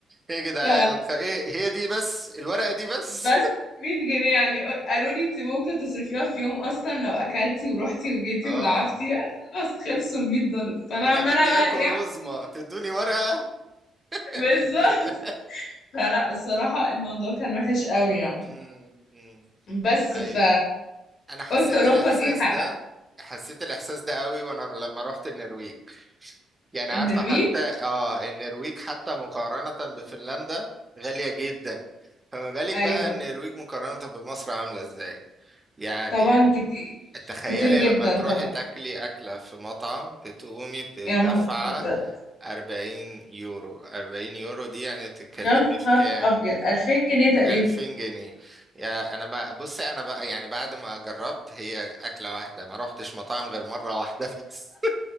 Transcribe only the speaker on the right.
ايه يا جدعان
الخ- ايه هي دي بس الورقه دي بس
<laughs> اه
ده انا
مدياكوا
رزمه
تدوني ورقه
<laughs>
امم أمم.
ايوه
انا حسيت
الاحساس
ده حسيت الاحساس ده قوي وانا لما رحت النرويج يعني عارفة
حتى اه النرويج حتى مقارنة بفنلندا غالية جدا فما بالك
بقى النرويج مقارنة بمصر عاملة ازاي يعني
تخيلي
لما تروحي
تاكلي أكلة في مطعم بتقومي بتدفع
40 يورو 40 يورو دي يعني بتتكلمي
في
كام
2000 جنيه يا انا بقى بصي انا بقى يعني بعد ما جربت هي أكلة واحدة ما روحتش مطاعم غير مرة واحدة <laughs> بس